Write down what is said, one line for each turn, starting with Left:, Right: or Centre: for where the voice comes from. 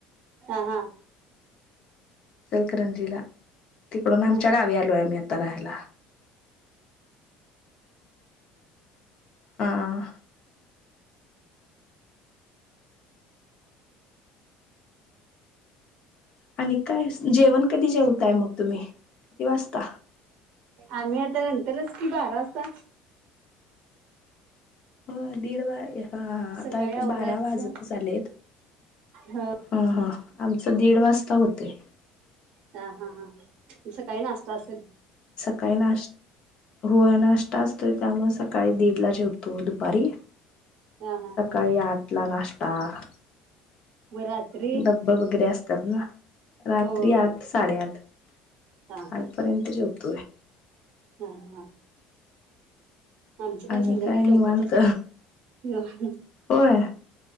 Right: हा हा
Left: इचलकरंजीलातिकडून आमच्या
Right: हा
Left: गावी आलोय आम्ही आता राहायला अ अ आणि काय जेवण कध जेवतय मग तुम्ही किती वाजता
Right: आमही आता तरच कि बारा असता
Left: हा दीड वा हा हा आता
Right: सकाळी
Left: एक
Right: आवरायचं
Left: बारा वाजत चालेत
Right: ह
Left: हा हा आमच दीड वाजता होत के
Right: ह हा हा तुमच काही नाश्ता असेल
Left: सकाळी नाश हो नाष्ट्ता असतोय त्यामु सकाळी दीडला जेवतो दुपारी
Right: हा हा
Left: सकाळी
Right: हा
Left: आठ ला नाश्ता कत्ताा
Right: मग रात्री
Left: डब्ब वगैरे असत त्याला रात्री
Right: हो हो
Left: आठ साडेआठ
Right: हा
Left: तपर्यंत चोप त
Right: हम हा आमचं पण
Left: आणि
Right: संध्याकाळी
Left: काय
Right: लवकरच
Left: निवांत
Right: असते हा.
Left: होय